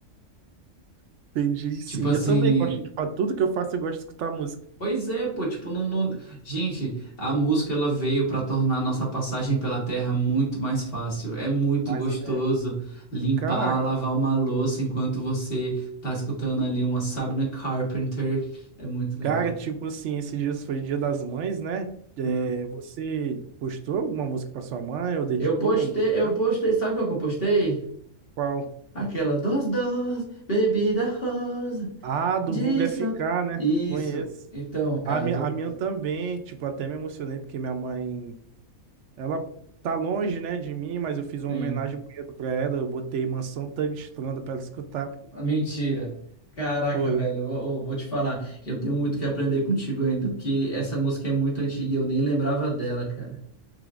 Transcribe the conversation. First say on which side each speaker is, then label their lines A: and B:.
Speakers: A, on the right; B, on the left.
A: entendi, sim.
B: Tipo assim.
A: Eu também gosto de falar. Tudo que eu faço, eu gosto de escutar música.
B: Pois é, pô. Tipo, não, não... Gente, a música ela veio pra tornar a nossa passagem pela terra muito mais fácil. É muito
A: Mas,
B: gostoso
A: é,
B: limpar,
A: cara,
B: lavar uma louça enquanto você tá escutando ali uma Sabrina Carpenter. É muito legal.
A: Cara, tipo assim, esses dias foi Dia das Mães, né? É,
B: Hum.
A: você postou alguma música pra sua mãe ou dedicou
B: Eu postei,
A: alguma música?
B: eu
A: pra
B: postei, sabe qual que eu postei?
A: Qual?
B: Aquela dos dos, bebida rosa,
A: Ah, do
B: disso.
A: Vulga FK, né?
B: Isso.
A: Conheço.
B: Então, cara,
A: A minha,
B: vou...
A: a minha também, tipo, até me emocionei porque minha mãe, ela tá longe, né, de mim, mas eu fiz uma
B: sim.
A: homenagem bonita pra ela, eu botei Mansão Tangstranda pra ela escutar.
B: Mentira. Caraca,
A: Foi.
B: velho, eu, eu vou te falar. Eu tenho muito que aprender contigo ainda, porque essa música é muito antiga e eu nem lembrava dela, cara.